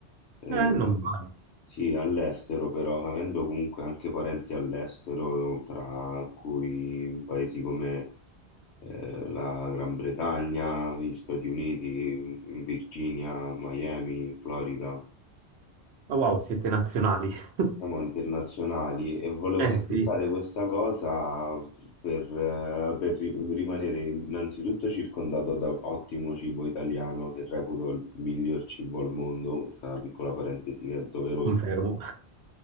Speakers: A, on the left; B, on the right.
A: Eh,
B: eh, non male.
A: sì, all'estero però, avendo comunque anche parenti all'estero, tra cui paesi come eh, la Gran Bretagna, gli Stati Uniti, Virginia, Miami, Florida.
B: Ma wow, siete nazionali. <laughs>
A: Siamo internazionali e volevo
B: Eh
A: sfruttare
B: sì,
A: questa cosa per, eh, per ri- rimanere innanzitutto circondato da ottimo cibo italiano, che reputo il miglior cibo al mondo, questa è una piccola parentesi che è doverosa.
B: confermo.